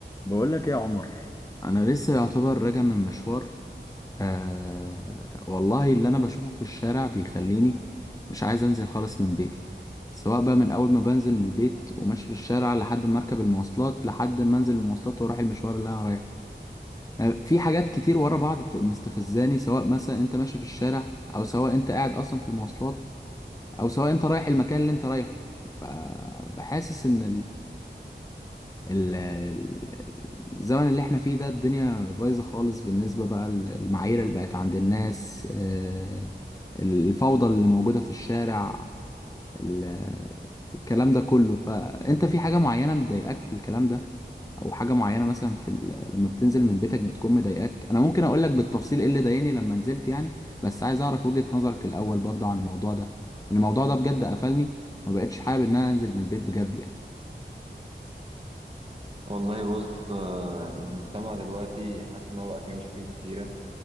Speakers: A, on the left (about 20°); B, on the right (about 30°).
A: بقول لك ايه يا عمر انا لسه يعتبر راجع من مشوار آه والله اللي انا بشوفه في الشارع بيخليني مش عايز انزل خالص من بيتي سواء بقى من اول ما بنزل من البيت وماشي في الشارع لحد ما اركب المواصلات لحد ما انزل المواصلات واروح المشوار اللي انا رايحه آه، في حاجات كتير ورا بعض بتبقى مستفزاني سواء مثلا انت ماشي في الشارع او سواء انت قاعد اصلا في المواصلات او سواء انت رايح المكان اللي انت رايحه فبحاسس ان ال- ال- الزمن اللي احنا فيه ده الدنيا بايظة خالص بالنسبة بقى للمعايير اللي بقت عند الناس آه، الفوضى اللي موجودة في الشارع ال- الكلام ده كله فأنت في حاجة معينة مضايقاك في الكلام ده أو حاجة معينة مثلا في ال... لما بتنزل من بيتك بتكون مضايقاك أنا ممكن أقولك بالتفصيل إيه اللي ضايقني لما نزلت يعني بس عايز أعرف وجهة نظرك الأول برضه عن الموضوع ده الموضوع ده بجد قفلني ما بقتش حابب إن أنا أنزل من البيت بجد
B: والله بص آه، المجتمع دلوقتي حاسس ان هو بقى فيه مشاكل كتيره